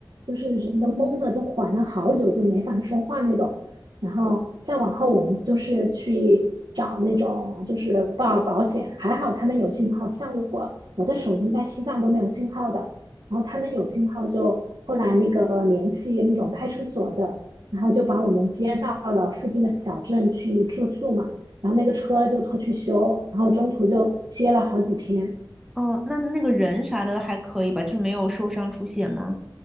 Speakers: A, on the right (about 75°); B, in the centre.
A: 就是人都懵了，都缓了好久就没法说话那种。然后再往后，我们就是去找那种就是报保险，还好他们有信号。像我，我的手机在西藏都没有信号的，然后他们有信号就后来那个联系那种派出所的，然后就把我们接到了附近的小镇去住宿嘛。然后那个车就拖去修，然后中途就歇了好几天。
B: 哦，那那个人啥的还可以吧，就是没有受伤出血吗？